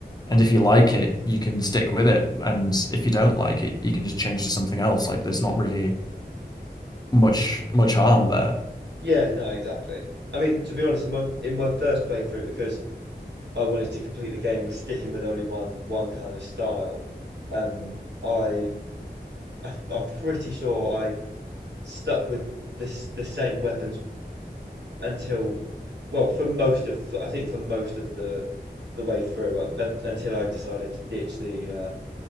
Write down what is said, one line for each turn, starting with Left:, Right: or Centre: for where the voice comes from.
Left: and if you like it, you can stick with it, and if you don't like it, you can just change to something else. Like there's not really much much harm there.
Right: Yeah, no, exactly. I mean, to be honest, in my in my first playthrough, because I wanted to complete the game with sticking with only one one kind of style, um, I, I I'm pretty sure I stuck with this the same weapons until, well, for most of I think for most of the the way through um, un- until I decided to ditch the uh